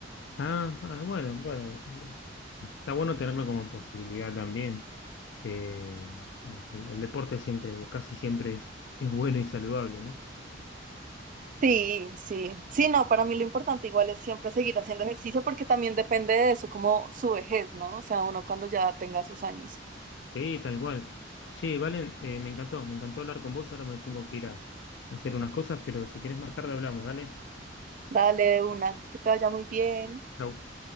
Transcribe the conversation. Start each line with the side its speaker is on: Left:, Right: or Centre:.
Left: Ah, ah, bueno, bueno, eh, está bueno tenerlo como posibilidad también. Eh, el, el deporte siempre, o casi siempre es, es bueno y saludable, ¿no?
Right: Sí, sí, sí, no, para mí lo importante igual es siempre seguir haciendo ejercicio porque también depende de eso, como su vejez, ¿no? O sea, uno cuando ya tenga sus años.
Left: Sí, tal cual. Che, Valen, eh, me encantó, me encantó hablar con vos, ahora me tengo que ir a, a hacer unas cosas, pero si querés más tarde hablamos, dale.
Right: Dale de una, que te vaya muy bien.
Left: Chau.